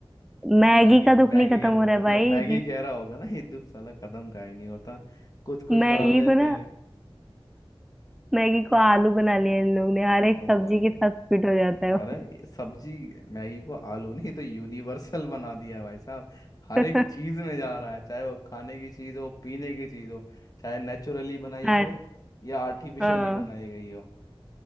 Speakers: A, on the left (about 40°); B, in the centre.
A: तो
B: मैगी
A: मैगी
B: का
A: मैगी
B: दुख नहीं खत्म
A: कह रहा
B: हो
A: हो
B: रहा है
A: ये
B: भाई
A: तो मैगी
B: जी
A: कह रहा होगा ना ये दुख साला खत्म का ही नहीं होता कुछ कुछ
B: मैगी
A: डाल देते
B: को ना
A: हैं
B: मैगी को आलू बना लिया इन लोग ने हर एक
A: ओए
B: सब्जी के साथ फिट हो जाता है
A: अरे ये सब्जी मैगी को आलू नहीं तो यूनिवर्सल बना दिया है भाई साहब हर
B: <laughs>
A: एक चीज में जा रहा है चाहे वो खाने की चीज हो पीने की चीज हो चाहे नेचुरली बनाई
B: हाँ
A: हो
B: जी।
A: या आर्टिफिशियली
B: हाँ
A: बनाई गई हो